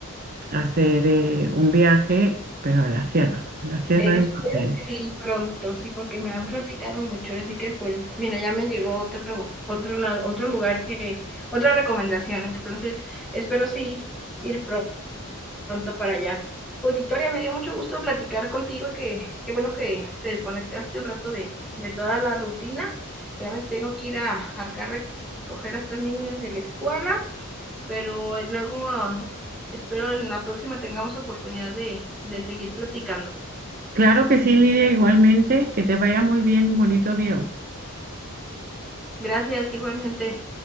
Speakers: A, on the right; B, in the centre.
A: hacer eh, un viaje, pero a la sierra. A la sierra
B: Espero
A: es donde...
B: que sí pronto, sí, porque me han platicado mucho, así que pues, mira, ya me llegó otro, otro, la- otro lugar que, otra recomendación, entonces espero sí ir pro- pronto para allá. Pues Victoria, me dio mucho gusto platicar contigo, que qué bueno que se desconectaste un rato de, de toda la rutina. Obviamente tengo que ir a, acá a recoger a estas niñas de la escuela, pero luego espero en la próxima tengamos oportunidad de, de seguir platicando.
A: Claro que sí, Lidia, igualmente. Que te vaya muy bien. Bonito día.
B: Gracias, igualmente.